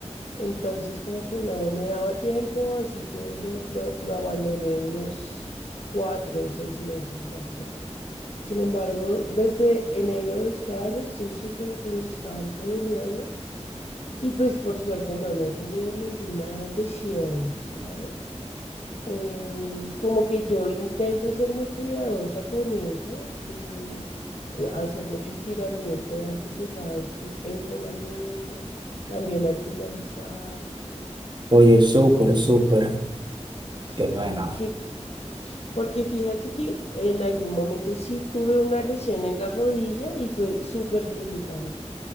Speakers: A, on the left; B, on the right.
A: entonces como que no me daba tiempo, así que lo, lo, lo abandoné unos cuatro o seis meses más o menos. Sin embargo, desde enero de este año estoy súper constante de nuevo y pues por suerte no, no he tenido ninguna lesión, ¿sabes? em, como que yo intento ser muy cuidadosa con eso, eh, eh, hacer mucho estiramiento antes de cada estre- entrenamiento, también al finalizar.
B: Oye, súper,
A: eh,
B: súper,
A: sí,
B: que bueno.
A: sí, porque fíjate que en algún momento sí tuve una lesión en la rodilla y fue súper limitante.